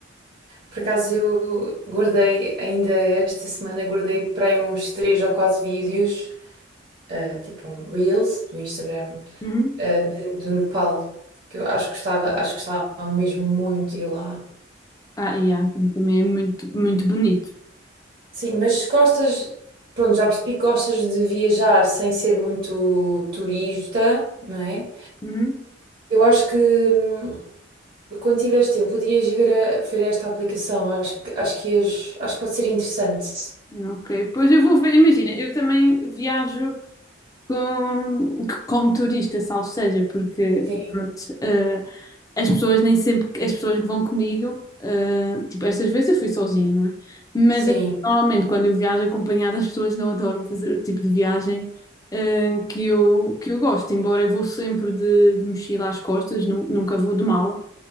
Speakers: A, on the right; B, on the left.
A: Por acaso eu guardei, ainda esta semana, guardei para aí uns três ou quatro vídeos, ah, tipo um Reels do Instagram,
B: Uhum,
A: ah, de- do Nepal, que eu acho que gostava, acho que gostava mesmo muito de ir lá.
B: Ah, e há, então, também é muito, muito bonito.
A: Sim, mas se gostas, pronto, já percebi que gostas de viajar sem ser muito turista, não é?
B: uhum.
A: Eu acho que hum, quando tiveres tempo, podias ver, a- ver esta aplicação. Acho que, acho que, ias- acho que pode ser interessante.
B: Ok, pois eu vou ver, imagina, eu também viajo, com- como turista, salvo seja, porque
A: Sim,
B: pronto, eh, as pessoas nem sempre, as pessoas que vão comigo, eh, tipo, estas vezes eu fui sozinha, não é? Mas
A: sim,
B: é que, normalmente quando eu viajo acompanhada, as pessoas não adoram fazer o tipo de viagem, eh, que eu, que eu gosto, embora eu vou sempre de, de mochila às costas, nu- nunca vou de mala.